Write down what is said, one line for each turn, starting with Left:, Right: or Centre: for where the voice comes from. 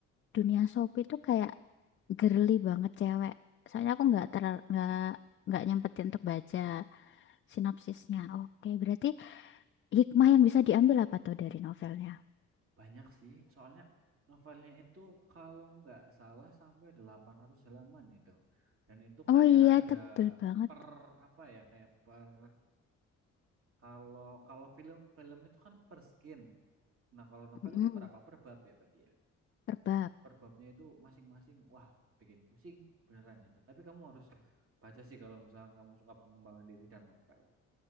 Left: dunia Sopi tuh kayak girly banget cewek. Soalnya aku nggak ter nggak nggak nyempetin untuk baca sinopsisnya. Oke, berarti hikmah yang bisa diambil apa tuh dari novelnya?
Right: Banyak sih, soalnya novelnya itu kalau nggak salah sampai 800 halaman itu. Dan itu
Left: Oh
Right: kayak
Left: iya,
Right: ada
Left: tebel banget.
Right: per apa ya, kayak per kalau kalau film film itu kan per skin. Nah, kalau novel
Left: Mm-mm,
Right: itu per apa? Per bab ya berarti ya.
Left: per bab.
Right: Per babnya itu masing-masing wah, bikin pusing beneran itu. Tapi kamu harus baca sih kalau misalnya kamu suka pengembangan diri dan novel.